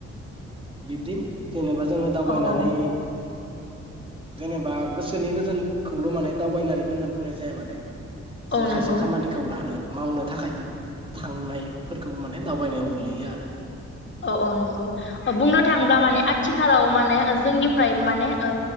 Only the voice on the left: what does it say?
औ औ
औ नंगौ
औ औ नंगौ बुंनो थाङोब्ला माने आथिखालाव मानो जोंनिफ्राय माने ओ